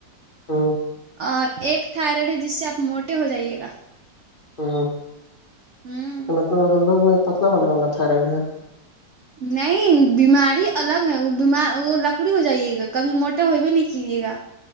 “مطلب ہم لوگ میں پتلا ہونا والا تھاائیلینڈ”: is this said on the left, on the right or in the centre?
Left